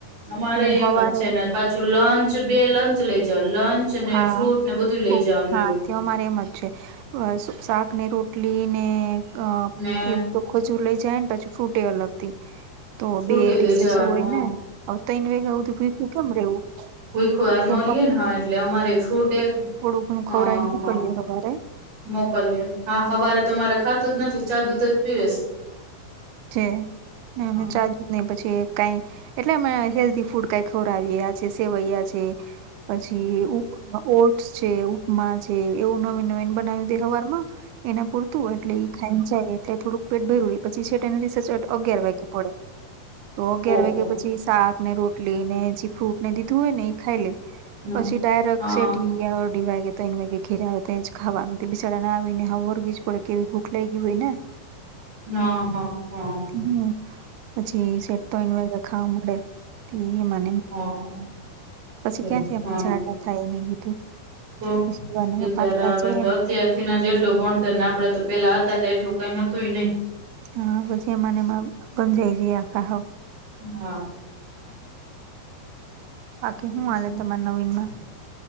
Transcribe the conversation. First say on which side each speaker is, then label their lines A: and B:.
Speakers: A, on the right; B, on the right.
A: અમારે
B: હું
A: એમ
B: હવારે
A: જ છે ને પાછું લંચ બે લંચ લઈ જવાનું લંચ ને
B: હા
A: ફ્રૂટ ને બધું લઈ જવાનું
B: હા
A: એવું
B: તે અમારે એમ જ છે. શાક ને રોટલી ને અ
A: ને
B: એવું તો ખજૂર લઇ જાયને પછી ફ્રુટે અલગથી તો
A: ફ્રૂટ
B: બે
A: લઈ
B: રીસેસુ
A: જવાનું
B: હોય ને હવ તય્ન વાગ્યા હુધી ભૂયખું કેમ રેવું?
A: કોઈકવાર
B: તો
A: નો રીએેને હા એટલે અમારેય ફ્રૂટ એક
B: થોડુંઘણું
A: હ
B: ખવરાઈને મોકલીએ
A: હા
B: હવારે
A: મોકલીએ હા હવારે તો અમારે ખાતો જ નથી ચા દૂધ જ પીવેસ.
B: જે ના અમે
A: હ
B: ચા-દુધ. નય પછી કાઈ એટલે અમે હેલ્ધી ફૂડ કાઈ ખવરાવીએ આ છે સેવૈયા છે. પછી ઓટ્સ છે, ઉપમા છે એવું નવીન નવીન બનાવી દય હવારમાં. એના પૂરતું એટલે એ ખાઈને જાય એટલે થોડુંક પેટ ભરીલેય પછી છેટ એને. રીસેટ અગિયાર વાયગે પડે તો અગયાર
A: હ હ
B: વાયગે
A: હ
B: પછી સાક ને રોટલી ને ફ્રૂટને જી દીધું હોય ને ઈ. ખાઈ લેય
A: ઓહ
B: પછી ડાયરેક
A: હા
B: શેટ ઈ અઢી વાયગે. તય્ન વાગે ઘેરે આવે તયેજ ખાવાનું. બિસાડાને આવી ને હાવ વરગી જ પડે કેવી ભૂખ લાયગી હોય ને.
A: હા હા હા.
B: હમ્મ પછી સેટ તય્ન વાયગે ખાવા મળે. તી એમજ.
A: હા.
B: પછી
A: છે.
B: ક્યાંથી આમાં
A: હા
B: ઝાડા થાય એમ ‌મે કીધું.
A: તો
B: પછી એવા નવા
A: બચારા
B: પાતળા
A: આવે
B: જ રેય
A: તો
B: ને
A: અત્યાર. થીન જ એટલું ભણતરને આપડે તો પેલા હતા ત્યારે એટલું કઈ હતુંય ન‌ઈ.
B: હા પછ એમાન એમાં ગંજાઈ જીએ આપણે હો.
A: હા.
B: બાકી
A: <inaudible>
B: હું હાલે તમાર નવીનમાં